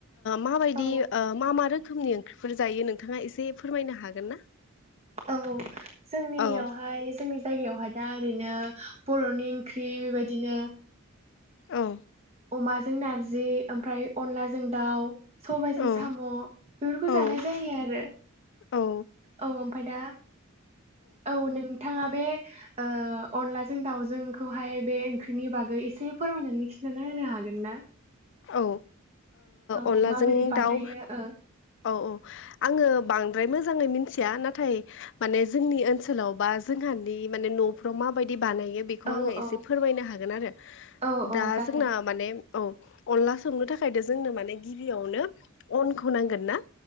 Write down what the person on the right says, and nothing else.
ओ औ
औव जोंनियावहाय
जोंनि जायगायावहाय दा ओरैनो बर नि ओंख्रि बेबायदिनो
ओ अमाजों नारजि ओमफ्राय अनलाजों दाउ सबायाइजों
साम बेफोरखौ जानाय
जायो आरो।
औ ओमफफ्राय दा औ नोंथांङा दा बे ओ अनलाजों दाउजोंखौहाय बे ओंख्रिनि बागै एसे फोरमायनानै खि ा होनो हागोन ना?
औ
माबोरै बानायो
ओ
ओ
औ
औ औ
जागोन